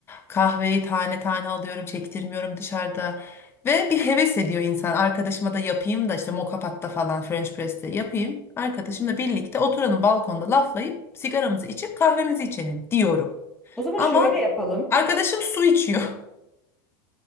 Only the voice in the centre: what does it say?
O zaman
şöyle yapalım.